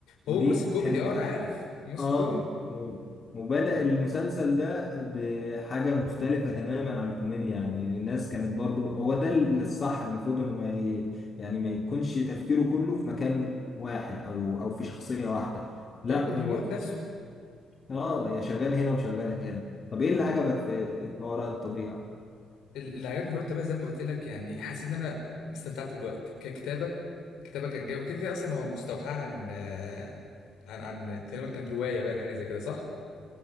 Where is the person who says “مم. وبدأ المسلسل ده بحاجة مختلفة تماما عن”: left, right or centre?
Left